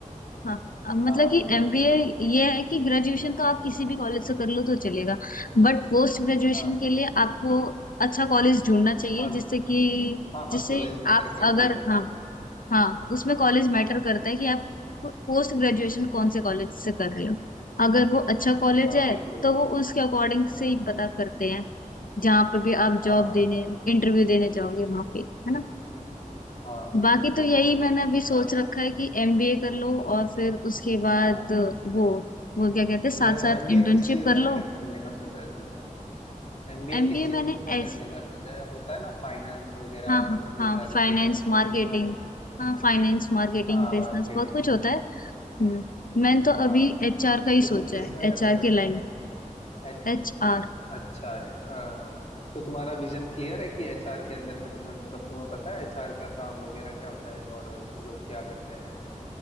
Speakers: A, on the left; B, on the left.
A: हाँ अब
B: हाँ
A: मतलब
B: हाँ
A: कि
B: बोलो
A: एमबीए ये है कि ग्रेजुएशन तो आप किसी भी कॉलेज से कर लो तो चलेगा बट पोस्ट ग्रेजुएशन
B: हाँ
A: के लिए आपको अच्छा कॉलेज ढूंढना चाहिए
B: हाँ
A: जिससे कि
B: हाँ हाँ
A: जिससे
B: कॉलेज मैटर
A: आप
B: करती
A: अगर
B: है बहुत
A: हाँ हाँ उसमें कॉलेज मैटर करता है कि आप पोस्ट ग्रेजुएशन कौन से कॉलेज से कर रहे हो अगर वो अच्छा कॉलेज
B: हाँ
A: है
B: बिल्कुल
A: तो
B: बिल्कुल
A: वो उसके अकॉर्डिंग से ही पता करते हैं जहाँ पे भी आप
B: हाँ
A: जॉब
B: हाँ
A: देने इंटरव्यू देने जाओगे वहां पे है ना
B: हाँ हाँ
A: बाकी
B: बिल्कुल
A: तो यही
B: बिल्कुल
A: मैंने अभी सोच
B: हाँ
A: रखा है कि एमबीए कर लो और फिर उसके बाद
B: हाँ
A: वो वो क्या कहते हैं साथ
B: वैसे
A: साथ
B: एमबीए
A: इंटर्नशिप
B: किस चीज
A: कर
B: में
A: लो
B: करने का सोचा है तुमने एमबीए
A: एमबीए
B: किस चीज
A: मैंने
B: में करने
A: ऐस
B: का सोचा है होता है ना फाइनेंस वगैरह
A: हाँ हाँ
B: ये
A: हाँ
B: सारी
A: फाइनेंस
B: चीजें होती
A: मार्केटिंग
B: है ना तुम्हारे
A: हाँ फाइनेंस मार्केटिंग
B: हाँ
A: बिजनेस
B: मार्केटिंग
A: बहुत कुछ
B: में
A: होता है हम्म, मैंने तो
B: हाँ
A: अभी एचआर का ही
B: तो
A: सोचा
B: तुम किस
A: है
B: में
A: एचआर
B: करने का
A: के
B: सोचा
A: लाइन
B: है ए-
A: एचआर
B: अच्छा ए- आ, तो तुम्हारा विजन क्लियर है कि एचआर के अंदर में तुम्हें मतलब तुम्हें पता है एचआर का काम वगैरह क्या होता है और वो लोग क्या करते हैं